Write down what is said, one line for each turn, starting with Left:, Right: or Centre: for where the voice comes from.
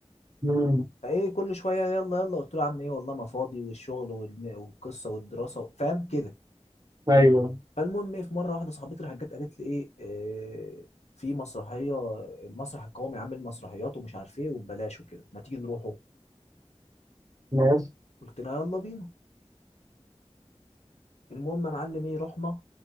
Right: امم
Left: فايه كل شويه يلا يلا قلت له يا عم ايه والله ما فاضي والشغل والن- والقصه والدراسه فاهم كده
Right: ايوه
Left: فالمهم ايه في مره واحده صاحبتي راحت جت قالت لي ايه آه، في مسرحيه المسرح القومي عامل مسرحيات ومش عارف ايه وببلاش وكده ما تيجي نروحه
Right: ماشي
Left: قلت لها يلا بينا المهم يا معلم ايه رحنا